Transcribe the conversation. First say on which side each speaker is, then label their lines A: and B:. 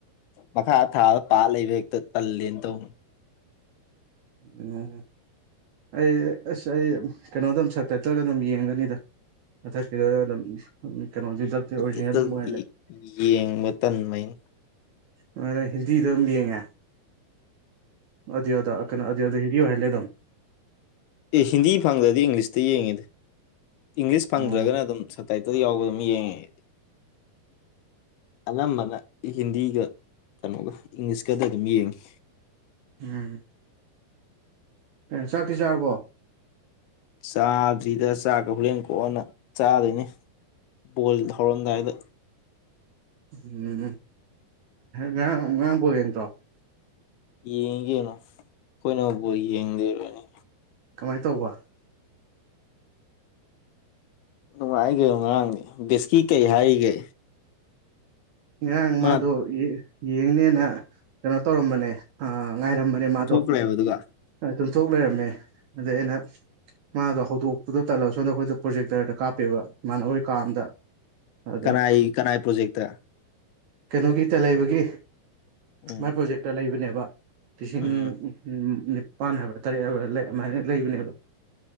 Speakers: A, on the left; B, on the right.
A: ꯃꯈꯥ ꯊꯥ ꯄꯥꯠ ꯂꯩꯕ ꯍꯦꯛꯇ ꯇꯜꯂꯦꯅ ꯇꯧ
B: ꯎꯝ ꯑꯩ ꯑꯁ ꯑꯩ ꯀꯩꯅꯣꯗꯝ ꯁꯛꯇꯠꯇ꯭ꯔꯒ ꯑꯗꯨꯝ ꯌꯦꯡꯒꯅꯤꯗ ꯃꯊꯛꯀꯤꯗꯨꯗ ꯑꯗꯨꯝ ꯀꯩꯅꯣꯗꯤ ꯗꯞꯇ ꯑꯣꯔꯤꯖꯤꯅꯦꯜ
A: ꯍꯦꯛꯇ
B: ꯑꯗꯨꯝ ꯑꯣꯏꯍꯜꯂꯦ
A: ꯌꯦꯡꯕ ꯇꯟꯕꯩꯅꯤ
B: ꯑꯗꯨꯃꯥꯏꯅ ꯍꯤꯟꯗꯤꯗ ꯑꯗꯨꯝ ꯌꯦꯡꯉꯦ ꯑꯗꯨ ꯑꯗ ꯀꯩꯅꯣ ꯑꯗꯨ ꯑꯗꯨ ꯍꯤꯗꯤ ꯑꯣꯏꯍꯜꯂꯦ ꯑꯗꯨꯝ
A: ꯑꯦ ꯍꯤꯟꯗꯤ ꯐꯪꯗ꯭ꯔꯗꯤ ꯏꯪꯂꯤꯁꯇ ꯌꯦꯡꯉꯤꯗ ꯏꯪꯂꯤꯁ ꯐꯪꯗ꯭ꯔꯒꯅ
B: ꯎꯝ
A: ꯑꯗꯨꯝ ꯁꯞꯇꯥꯏꯇꯜ ꯌꯥꯎꯕ ꯑꯗꯨꯝ ꯌꯦꯡꯉꯦꯗꯤ ꯑꯅꯝꯕꯅ ꯍꯤꯟꯗꯤꯒ ꯀꯩꯅꯣꯒ ꯏꯪꯂꯤꯁꯀꯗ ꯑꯗꯨꯝ ꯌꯦꯡꯉꯤ
B: ꯎꯝ ꯀ ꯆꯥꯛꯇꯤ ꯆꯥꯔꯕꯣ
A: ꯆꯥꯗ꯭ꯔꯤꯗ ꯆꯥꯛꯀ ꯍꯣꯔꯦꯟ ꯀꯣꯛꯑꯅ ꯆꯥꯗꯣꯏꯅꯤ ꯕꯣꯜ ꯊꯧꯔꯝꯗꯥꯏꯗ
B: ꯎꯝ ꯉꯔꯥꯡ ꯉꯔꯥꯡ ꯐꯧ ꯌꯦꯡꯗ꯭ꯔꯣ
A: ꯌꯦꯡꯒꯅꯣ ꯑꯩꯈꯣꯏꯅꯕꯨ ꯌꯦꯡꯗꯣꯏꯔꯅꯤ
B: ꯀꯃꯥꯏꯅ ꯇꯧꯕ
A: ꯅꯨꯡꯉꯥꯏꯈꯣ ꯉꯔꯥꯡꯗꯤ ꯕꯤꯁꯀꯤ ꯀꯩ ꯍꯥꯏꯔꯤꯒꯦ
B: ꯉꯔꯥꯡ
A: ꯃꯥ
B: ꯃꯥꯗꯣ ꯌꯦꯡꯅꯦꯅ ꯀꯩꯅꯣ ꯇꯧꯔꯝꯕꯅꯦ ꯑ ꯉꯥꯏꯔꯝꯕꯅꯦ ꯃꯥꯗꯣ
A: ꯕ ꯑꯗꯨꯒ
B: ꯇꯨꯝꯊꯣꯛ ꯂꯩꯔꯝꯃꯦ ꯑꯗꯩ ꯑꯩꯅ ꯃꯥꯗꯣ ꯍꯧꯗꯣꯛꯄꯗꯣ ꯇꯜꯂꯕ ꯁꯣꯝꯗ ꯑꯩꯈꯣꯏꯗ ꯄ꯭ꯔꯣꯖꯦꯛꯇꯔꯗ ꯀꯥꯞꯄꯦꯕ ꯃꯥꯅ ꯍꯣꯏ ꯀꯥ ꯑꯝꯗ ꯑꯗ
A: ꯀꯅꯥꯏ ꯀꯅꯥꯏ ꯄ꯭ꯔꯣꯖꯦꯛꯇ
B: ꯀꯩꯅꯣꯒꯤꯇ ꯂꯩꯕꯒꯤ
A: ꯎꯝ
B: ꯃꯥꯏ ꯄ꯭ꯔꯣꯖꯦꯛꯇ ꯂꯩꯕꯅꯦꯕ ꯂꯤꯁꯤꯡ
A: ꯎꯝ
B: ꯎꯝ ꯅꯤꯄꯥꯟ ꯍꯥꯏꯕ꯭ꯔꯥ ꯇꯔꯦꯠ ꯍꯥꯏꯕ꯭ꯔꯥ ꯑꯗꯨꯃꯥꯏꯅ ꯂꯩꯕꯅꯦꯕ